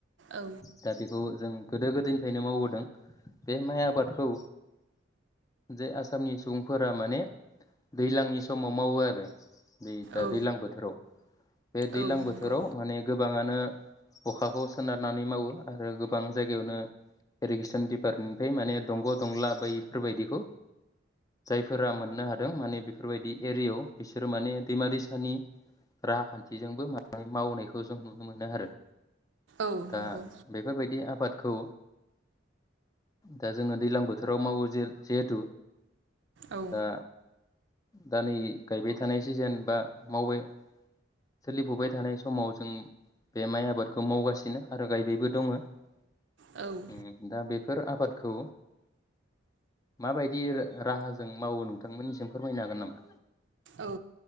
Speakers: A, on the right (about 65°); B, on the left (about 15°).
A: औ
B: दा बेखौ जों गोदो गोदायनिफ्रायनो मावबोदों बे माइ आबादखौ जे आसामनि सुबुंफोरा माने दैज्लांनि समाव मावो आरो बे दा
A: औ
B: दैज्लां बोथोराव बे दैज्लां
A: औ नंगौ
B: बोथोराव माने गोबाङानो अखाखौ सोनारनानै मावो आरो गोबां जायगायावनो इरिगेसन डिपार्टमेन्टनिफ्राय माने दंग' दंग्ला बैफोरबायदिखौ जायफोरा मोननो हादों माने बेफोरबायदि एरियायाव बिसोरो माने दैमा दैसानि राहाखान्थिजोंबो माने मावनायखौ जों नुनो मोनो आरो।
A: औ
B: दा
A: नंगौ
B: बेफोरबायदि आबाद खौ दा जोङो दैलां बोथोराव मावो जे जिहेथु
A: औ।
B: दा दा नै गायबाय थानाय सिजेन बा मावबाय सोलिफुबाय थानाय समाव जों बे माइ आबादखौ मावगासिनो आरो गायबायबो दङ' ओम
A: औ औ
B: दा बे फोर आबादखौ माबायदि रा राहाजों मावो नोंथांमोननिसिम फोरमायनो हागोन नामा?
A: औ।